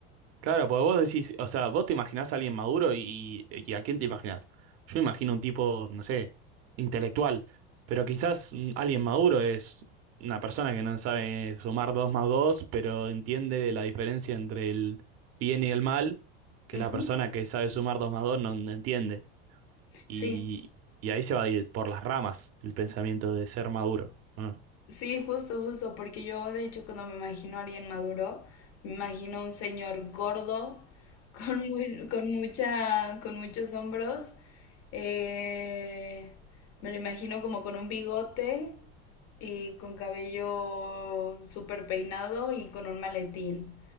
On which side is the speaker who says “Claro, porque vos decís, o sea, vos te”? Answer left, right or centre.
Right